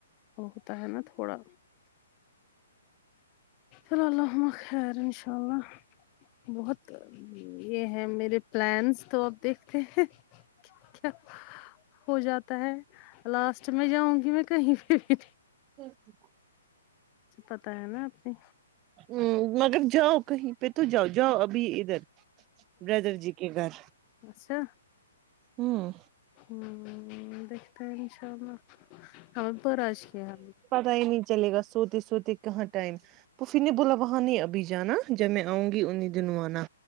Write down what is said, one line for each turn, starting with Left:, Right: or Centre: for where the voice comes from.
Left: وہ ہوتا ہے نا تھوڑا اللہمہ خیر انشاء اللہ بہت یہ ہے میرے پلانس تو آپ دیکھ کیا کیا ہو جاتا ہے لاسٹ میں جاؤں گی میں کہیں پہ بھی
Right: ٹھیک
Left: پتہ ہے نہ اپنے آپ نے
Right: ہ مگر جاؤ کہہیں پہ تو جاؤ جاؤ ابھی ادھر بردر جی کے گھر
Left: ایسا
Right: ہوں
Left: ہیہ دیکھتے ہیں انشاء اللہ ہمیں پر آج کے ہم
Right: ٹائم نہیں چلے گا سوتے سوتے کہاں ٹائم پفی نے بولا وہاں نہیں ابھی جانا جب میں آؤں گی انہیں دونوں آنا